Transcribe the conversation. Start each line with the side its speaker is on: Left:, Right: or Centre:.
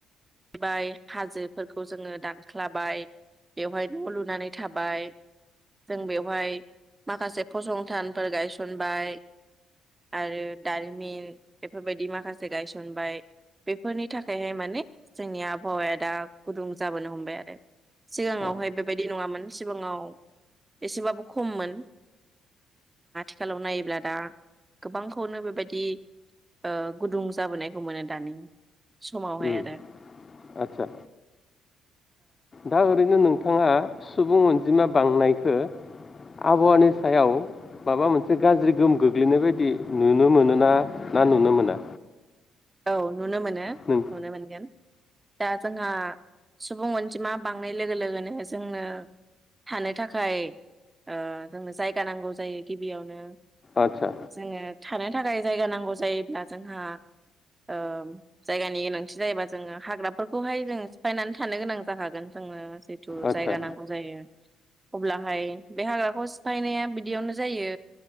Right: हाबाय हाजोफोरखौ जोङो दानख्लाबाय बेवहाय न' लुनानै थाबाय जों बेवहाय माखासे फसंथानफोर गायसन सनबाय आरो दारिमिन बेफोरबायदि माखासे गायसनबाय बेफोरनि थाखायहाय माने जोंनि आबहावाया दा गुदुं जाबोनो हमबाय आरो सिगाङावहाय
Left: अ
Right: बेबायदि नङामोन सिगाङाव एसेबाबो खममोन आथिखालाव नायोब्ला दा गोबांखौनो बेबायदि ओ गुदुं जाबोनायखौ मोनो दानि समावहाय
Left: उम
Right: आरो
Left: आदसा दा ओरैनो नों- थाङा सुबुं अनजिमा बांनायखो आबहावानि सायाव माबा मोनसे गाज्रि गोहोम गोग्लैनाय बायदि नुनो मोनो ना नुनो मोना।
Right: औ नुनो मोनो
Left: नों
Right: नुनो मोनगोन। दा जोंहा सुबुं अनजिमा बांनाय लोगो लोगोनो जोंनो थानो थाखाय ओ जोंनो जायगा नांगौ जायो। गिबियावनो
Left: आदसा
Right: जोङो थाना- नो थाखाय जायगा नांगौ जायोब्ला जोंहा ओ जायगानि गोनांथि जायोबा जोङो हाग्राफोरखौहाय जों सिफायनानै थानो गोनां जाखागोन जोङो। जिथु
Left: आदसा
Right: जायगा नांगौ जायो। अब्लाहाय बे हाग्राखौ सिफायनाया बिदियावनो जायो